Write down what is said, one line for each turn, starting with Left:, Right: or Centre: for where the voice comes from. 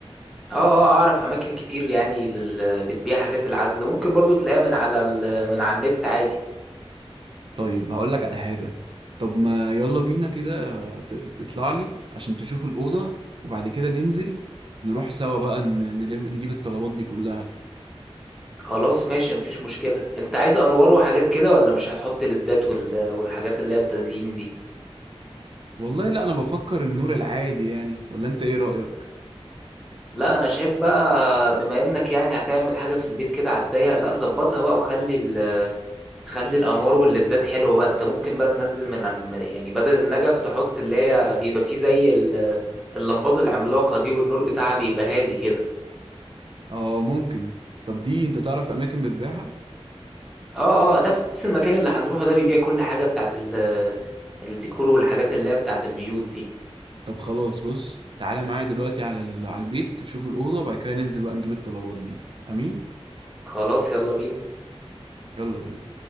Centre: أه أه أعرف أماكن كتير يعني لل... بتبيع حاجات العزل ممكن برضو تلاقيها من على ال... من على النت عادي
Right: طيب هقول لك على حاجة طب ما يلا بينا كده آه، ت- تطلع لي عشان تشوف الأوضة وبعد كده ننزل نروح سوا بقى ن... نلم... نجيب الطلبات دي كلها
Centre: خلاص ماشي مفيش مشكلة أنت عايز أنوار وحاجات كده ولا مش هتحط ليدات وال... والحاجات اللي هي التزيين دي
Right: والله لا انا بفكر النور العادي يعني ولا انت ايه رأيك
Centre: لا أنا شايف بقى بما إنك يعني هتعمل حاجة في البيت كده على الضيق لا ظبطها بقى وخلي ال... خلي الانوار والليدات حلوه بقى انت ممكن بقى تنزل من عن- يعني بدل النجف تحط اللي هي بيبقى فيه زي ال- اللمبات العملاقه دي والنور بتاعها بيبقى هادي كده
Right: اه ممكن طب دي انت تعرف اماكن بتبيعها
Centre: اه اه نفس المكان اللي هنروحه ده بيبيع كل حاجه بتاعت ال- الديكور والحاجات اللي هي بتاعت البيوت دي
Right: طب خلاص بص تعالى معايا دلوقتي على ال- على البيت شوف الأوضة وبعد كده ننزل بقى نجيب الطلبات دي أمين
Centre: خلاص يلا بينا
Right: يلا بينا